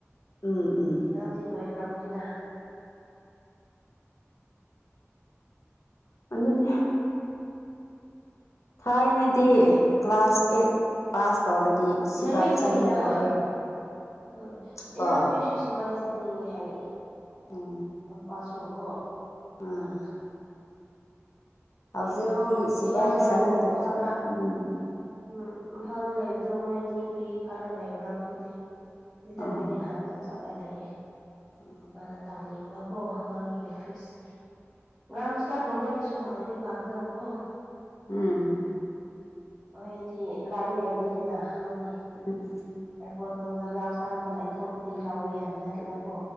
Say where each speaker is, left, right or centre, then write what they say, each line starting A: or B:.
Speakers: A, on the left; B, in the centre.
A: ꯎꯝ ꯎꯝ
B: ꯌꯥꯎꯗꯤ ꯂꯣꯏꯈ꯭ꯔꯕꯅꯤꯅ
A: ꯃꯅꯦ <inaudible> ꯊꯥꯏꯅꯗꯤ ꯀ꯭ꯂꯥꯁ ꯑꯦꯠ ꯄꯥꯁ ꯇꯧꯔꯗꯤ ꯁꯤꯕꯥꯏ
B: ꯂꯥꯏꯔꯤꯛ ꯀꯨꯏꯅ
A: ꯆꯪꯕ ꯌꯥꯔꯦ
B: ꯍꯣꯏ ꯎꯝ ꯏꯅꯥꯎꯅꯨꯄꯤ
A: ꯀꯣ
B: ꯁꯤ ꯁꯤꯚꯥꯏ ꯆꯪꯅꯤꯡꯉꯦ ꯍꯥꯏꯌꯦ
A: ꯎꯝ
B: ꯂꯄꯥꯁꯨ ꯑꯣ
A: ꯑꯥ
B: ꯑꯣ
A: ꯍꯧꯖꯤꯛꯇꯤ
B: ꯅꯪ
A: ꯁꯤꯐꯥꯏ
B: ꯏꯌꯥꯝꯕꯗꯣ
A: ꯆꯪꯒꯗꯕꯁꯦ
B: ꯏꯝꯐꯥꯜꯗ
A: ꯎꯝ
B: ꯎꯝ ꯏꯝꯐꯥꯜꯗ ꯂꯩꯕꯗꯣ ꯃꯣꯏꯅꯤ ꯀꯔꯤ ꯈꯜꯂ ꯂꯩꯕ꯭ꯔꯥ ꯈꯪꯗꯦ ꯑꯗꯨ ꯇꯠꯇꯣꯏꯅꯤ
A: ꯑꯣ
B: ꯍꯥꯟꯅ ꯆꯠꯂ ꯂꯩꯌꯦ
A: ꯍꯣꯏ
B: ꯃꯥꯅ ꯇꯧꯅꯤꯡꯕꯀꯣ ꯃꯥꯒꯤ ꯐꯤꯁ ꯒ꯭ꯔꯥꯎꯟ ꯏꯁꯇꯥꯔꯒꯨꯝꯕꯒꯤꯁꯨ ꯐꯪꯉꯗꯤ ꯐꯒꯗꯕꯀꯣ
A: ꯎꯝ
B: ꯍꯣꯏꯗꯤ ꯂꯥꯏꯅ ꯂꯩꯕꯅꯤꯗꯅ ꯃꯥꯗꯤ
A: ꯎꯝ
B: ꯀꯀꯣ ꯅꯣꯟꯗ ꯒ꯭ꯔꯥꯎꯁ ꯇꯥꯒ ꯑꯃ ꯂꯩꯊꯣꯛꯄꯗꯤ ꯂꯥꯎꯕ ꯌꯥꯒꯅꯤꯒꯤꯅꯀꯣ